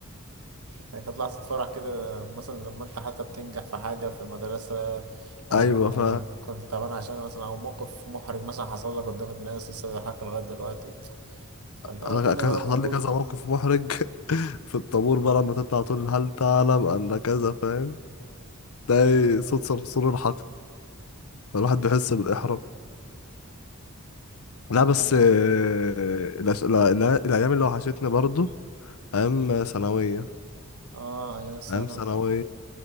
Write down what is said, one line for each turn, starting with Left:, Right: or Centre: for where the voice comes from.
Right: يعني كانت لحظه فرح كده مثلا لما انت حتى بتنجح في حاجه في المدرسه آه
Left: أيوة ف
Right: كنت تعبان عشان مثلا او موقف محرج مثلا حصل لك قدام الناس لسه بيضحك لغايه دلوقتي فاللي
Left: أنا
Right: هو الدنيا
Left: كذا-
Right: بقى
Left: حصل
Right: بتبوظ
Left: لي كذا
Right: منها
Left: موقف محرج <laughs> في الطابور بقى لما تطلع تقول هل تعلم أن كذا فاهم تلاقي صوت صرصور الحقل الواحد بيحس بالإحراج لا
Right: آه،
Left: بس
Right: يعني
Left: آه، الأس- لا لا الأيام اللي وحشتني برضو أيام ثانوية
Right: اه ايام السنه
Left: أيام ثانوية